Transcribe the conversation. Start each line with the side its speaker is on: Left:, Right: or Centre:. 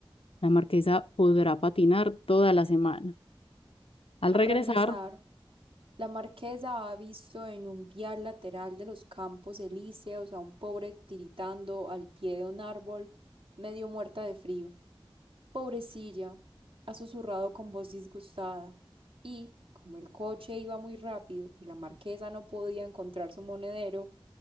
Left: La marquesa podrá patinar toda la semana. Al
Right: Al
Left: regresar,
Right: regresar, La marquesa ha visto en un vial lateral de los Campos Elíseos a un pobre tiritando al pie de un árbol, medio muerta de frío. Pobrecilla, ha susurrado con voz disgustada. Y, como el coche iba muy rápido y la marquesa no podía encontrar su monedero,